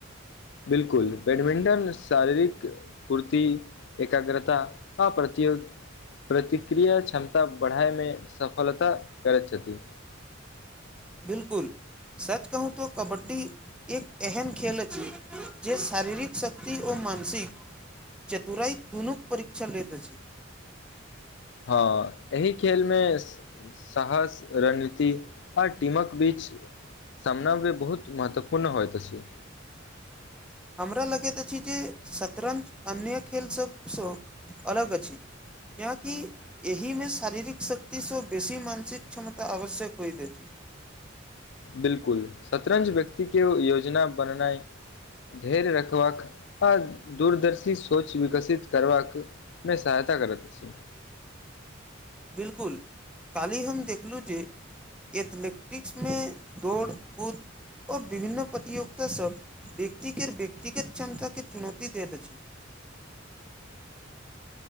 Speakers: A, on the left; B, in the centre.
A: बिलकुल बैडमिंटन शारीरिक फूर्ति एकाग्रता आ प्रति प्रतिक्रिया क्षमता ता बढ़ाय में सफलता करैत छथिन
B: बिलकुल सच कहू तो कबड्डी एक एहन खेल अछि जे शारीरिक शक्ति ओर मानसिक चतुराई दुनूक परीक्षण लैत अछि
A: हँ एहि खेल में साहस रणनीति आर टीमक बीच समनव्य बहुत महत्वपूर्ण होइत अछि
B: हमरा लगैत अछि जे शतरंज अन्य खेलसभसँ अलग अछि कियाकि एहि में शारीरिक शक्ति स बेसी मानसिक क्षमता आवश्यक होइत अछि
A: बिलकुल शतरंज व्यक्ति के योजना बननाइ धर्य रखबाक आ दूरदर्शी सोच विकसित करबाकमे सहायता करैत अछि
B: बिलकुल काल्हि हम देखलहुँ जे एथलेटिक्स में दौड़ कूद ओर विभिन्न प्रतियोगितासभ व्यक्तिके व्यक्तिगत क्षमताके चुनौती दैत अछि